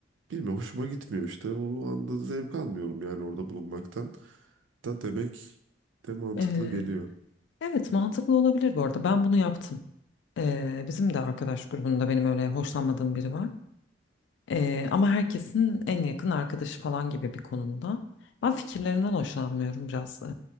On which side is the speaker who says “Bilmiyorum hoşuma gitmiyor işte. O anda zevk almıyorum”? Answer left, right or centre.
Right